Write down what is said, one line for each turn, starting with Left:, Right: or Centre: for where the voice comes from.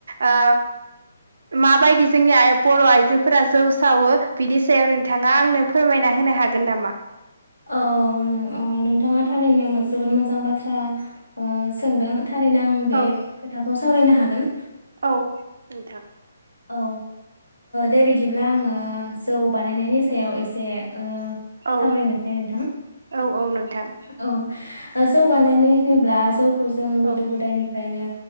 Right: ओ माबायदि जोंनि बर' आइजोफोरा जौ सावो बिनि सायाव नोंथाङा आंनो फोरमायना होनो हागोन नामा
Left: औ औ नोंथाङा थारैनो जोबोद मोजां बाथ्रा सोंदों थारैनो आं बे
Right: औ
Left: खोथाखौ सावरायनो हागोन
Right: औ नोंथां
Left: औ दे बिदिब्ला आङो जौ बानायनायनि सायाव एसे ओ
Right: औ
Left: सावरायनोसै नोंथां
Right: औ औ नों थां
Left: औ जौ बानायनाय होनोब्ला जौ खौ जोङो गोदो
Right: औ
Left: गोदायनिफ्रायनो